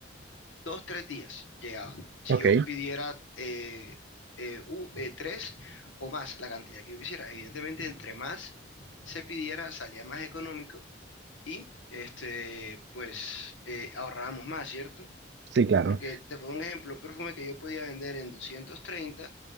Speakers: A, on the left; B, on the right.
A: dos, tres días, llegaba. Si
B: Ok.
A: yo pidiera eh, eh, un- eh, tres o más, la cantidad que yo quisiera. Evidentemente, entre más se pidiera, salía más económico y este, pues eh, ahorrábamos más, ¿cierto?
B: Sí, claro.
A: Porque te pongo un ejemplo, un perfume que yo podía vender en 230,